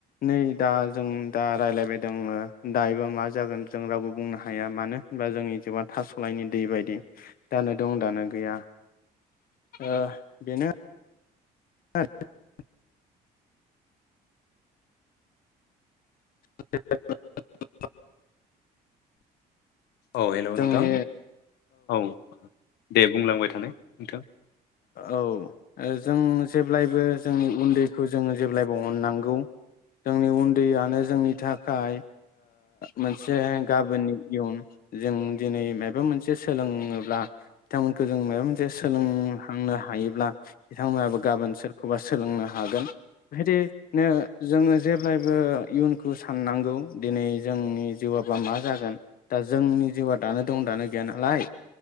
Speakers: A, on the left; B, on the left.
A: नै दा जों दा राय्लायबाय दं दायोबा मा जागोन जों रावबो बुंनो हाया मानो होनबा जोंनि जिउआ थास'लायनि दै बायदि दानो दं दानो गैया ओ बेनो <unintelligible> <unintelligible>
B: औ हेलौ नोंथां
A: जोंनि
B: औ दे बुंलांबाय थानाय नोंथां
A: औ जों जेब्लायबो जोंनि उन्दैखौ जोङो जेब्लायबो अननांगौ जोंनि उन्दैयनो जोंनि थाखाय मोनसे गाबोननि इयुन जों दिनै माबा मोनसे सोलोङोब्ला बिथांमोनखौ जों माबा मोनसे सोलों थांनो हायोब्ला बिथांमोनाबो गाबोन सोरखौबा सोलोंनो हागोन। बेदिनो जोङो जेब्लायबो इयुनखौ साननांगौ दिनै जोंनि जिउआबा मा जागोन दा जोंनि जिउआ दानो दं दानो गैया नालाय